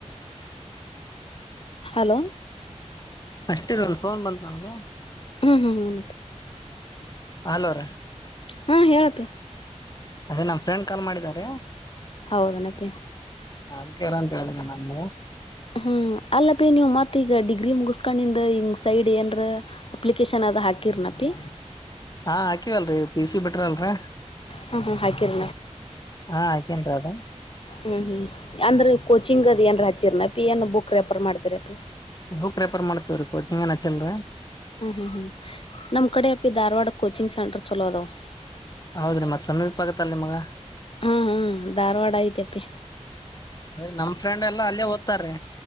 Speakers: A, on the left (about 50°); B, on the left (about 30°).
A: ಹಲೋ
B: ಅಷ್ಟೇ ಇರಲ್ಲ ಸೋನ್ ಬಂತ ನನ್ಗ
A: ಹ್ಮ ಹ್ಮ
B: ಹ ಹಲೋ ರ
A: ಹಾ ಹೇಳಪ್ಪೆ
B: ಅದೇ ನಮ್ ಫ್ರೆಂಡ್ ಕಾಲ್ ಮಾಡಿದಾರ
A: ಹೌದ ನಪಿ
B: ಹ ಅದಕ್ಕೆ ಾರ ಕೇಳಂಗ ನಂದ
A: ಹ್ಮ್ ಅಲ್ಲ ಬೀ ನೀ್ ಮತ್ತ ಈಗ ಡಿಗ್ರಿ ಮುಗಸ್ಕೊಂಡಿಂದ ಹಂಗ ಸೈಡ್ ಏನ್ರ ಅಪ್ಲಿಕೇಶನ್ ಅ ಅ ಹಾಕಿರ್ನಪ್ಪಿ
B: ಹಾ ಹಾಕಿವಲ್ರರಿ ಪಿ ಸಿ ಬಿಟ್ರ ಅಲ್ರರಿ
A: ಹ್ಮ್ ಹ್ಮ್ ಹಾಕಿರ
B: ಹಾ ಹಾಕೇನ್ರಿ ಅದು
A: ಹ್ಮ್ ಹ್ಮ್ ಅಂದ್ರೆ ಕೋಚಿಂಗ್ ಅ್ ಏನ್ ಹಾಚಿರ್ನಪಿ ಏನ್ ಬುಕ್ ರೆಫರ್ ಮಾಡತಿರ ಪಿ
B: ಬುಕ್ ರೆಫರ್ ಮಾಡತ ಕೋಚಿಂಗ ನ ಚಂದ
A: ಹ್ಮ್ ಹ್ಮ್ ಹ್ಮ್ ನಮ್ಮ್ ಕಡೆ ಅಪಿ ಧಾರವಾಡ ಕೋಚಿಂಗ್ ಸೆಂಟರ್ ಚಲೋ ಅದಾವ
B: ಹೌದ್ರಿ ಮತ್ ಸಮೀಪ ಆಗತ್ತಲ್ ನಿಮ್ಗ
A: ಹ್ಮ್ ಹ್ಮ್ ಧಾರವಾಡ ಆಐ್ತಪ್ಪಿ
B: ಅದೇ ನಮ್ ಫ್ರೆಂಡ್ ಎಲ್ಲಾ ಅಲ್ಲೇ ಓದ್ತಾರೆ